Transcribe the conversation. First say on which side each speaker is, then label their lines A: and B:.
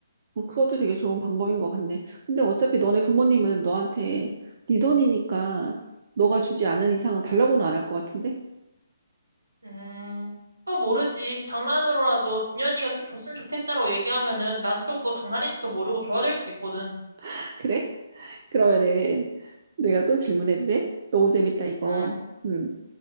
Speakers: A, on the right (about 45°); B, on the right (about 80°).
A: 어, 그것도 되게 좋은 방법인 것 같네. 근데 어차피 너네 부모님은 너한테 네 돈이니까 너가 주지 않은 이상은 달라고는 안 할 것 같은데?
B: 음, 또 모르지. 장난으로라도 진현이가 좀 줬으면 좋겠다라고 얘기하면은 난 또 그거 장난인지도 모르고 줘야 될 수도 있거든.
A: <laughs> 그래? 그러면은 내가 또 질문해도 돼? 너무 재밌다, 이거.
B: 응,
A: 음,